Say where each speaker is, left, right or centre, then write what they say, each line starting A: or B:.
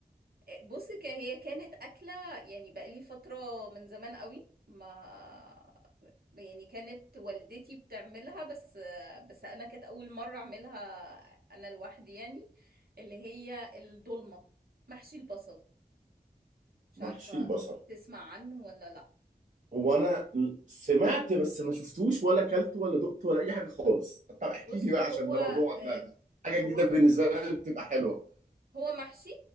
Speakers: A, on the right; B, on the right.
A: آه، بص ك- هي كانت أكلة يعني بقالي فترة من زمان قوي ما يعني كانت والدتي بتعملها بس آه، بس أنا كانت أول مرة أعملها أنا لوحدي يعني اللي هي الضلمة محشي البصل مش
B: محشي
A: عارفة
B: البصل
A: تسمع عنه ولا لأ
B: هو انا سمعت بس ما شفتوش ولا اكلته ولا دقته ولا اي حاجه خالص طب احكي
A: بص
B: لي بقى
A: هو
B: عشان ده موضوع
A: آه،
B: ده, ده حاجه
A: هو
B: جديده بالنسبه لي بتبقى حلوه
A: هو محشي